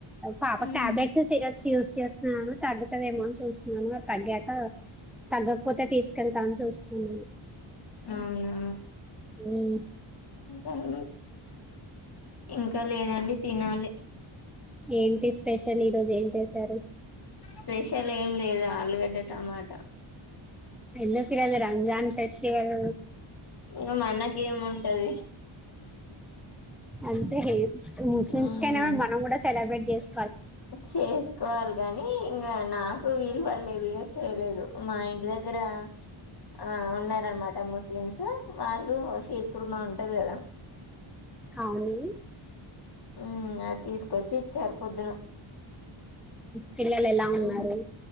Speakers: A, in the centre; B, on the left (about 45°).
A: పాప
B: ఉమ్,
A: టాబ్లెట్స్ సిర చియూస్ చేస్తున్నా తగ్గుతదేమో అని చూస్తున్నాను అ తగ్గాక తగ్గకపోతే తీసుకెళ్తా అని చూస్తున్న
B: అవునా
A: ఉని
B: ఇంకా హా ఇంకా లేదండి తినాలి
A: ఏంటి స్పెషల్ ఈ రోజు ఏం చేశారు
B: స్పెషల్ ఏం లేదు ఆలుగడ్డ టమాటా
A: <unintelligible> ఎందు ఫిరాదు రంజాన్ ఫెస్టివల్
B: ఇంగ మనకేముంటది
A: అంతే ముస్లిమ్స్
B: ఉమ్
A: కైనా మనం కూడా సెలబ్రేట్ చేసు
B: చేసుకోవాలి గాని ఇంకా నాకు వీలు పడలేదు ఇక చేయలేదు మా ఇంటి దగ్ గర ఆ ఉన్నారనమాట ముస్లిమ్స్ వాళ్ళు షీర్ కుర్మా ఉంటది కదా
A: అవునండి
B: ఉ అది తీసుకొచ్చి ఇచ్చారు పొద్దున
A: పిల్లలు ఎలా ఉన్నారు
B: ఉమ్